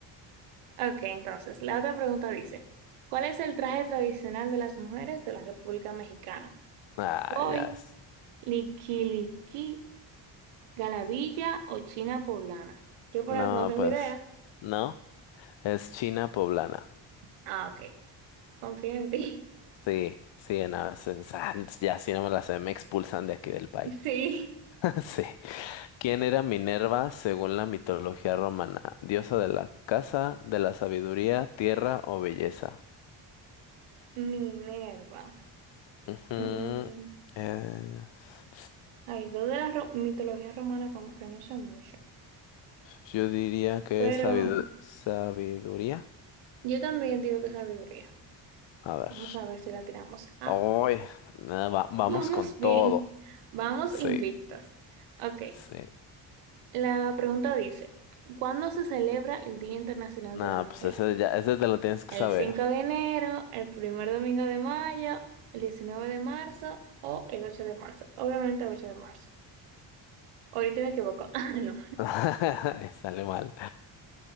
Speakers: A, on the right; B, on the left.
A: entonces, la otra pregunta dice, ¿cuál es el traje tradicional de las mujeres de la República Mexicana?
B: Ah,
A: ¿Hoy,
B: ya. es-
A: liquiliqui, galavilla o china poblana? Yo por
B: No,
A: ahí no tengo
B: pues,
A: idea.
B: no. Es China poblana.
A: Ah, ok, confío en ti. <laughs>
B: Sí, sí, no, es- es- ah, ya si no me la sé, me expulsan de aquí del país.
A: Sí,
B: <laughs> Sí. ¿Quién era Minerva según la mitología romana? ¿Diosa de la casa, de la sabiduría, tierra o belleza?
A: Minerva.
B: Ujú,
A: Mm,
B: es-
A: Ay, dos de la ro- mitología romana como que no sé mucho,
B: Yo diría que
A: pero
B: es sabidu- sabiduría.
A: yo también digo que sabiduría.
B: A ver.
A: Vamos a ver si la tiramos. Ah,
B: Ay, nada, va-
A: <laughs>
B: vamos
A: vamos
B: con todo.
A: bien, vamos
B: Sí,
A: invictos. Ok.
B: sí.
A: La pregunta dice, ¿cuándo se celebra el Día Internacional
B: No,
A: de la Mujer?
B: pues ese ya, ese te lo tienes que
A: ¿El
B: saber.
A: 5 de enero, el primer domingo de mayo, el 19 de marzo o el 8 de marzo? Obviamente el 8 de marzo. Ahorita me equivoco. <laughs> Ah, no.
B: <laughs> Y Sale mal.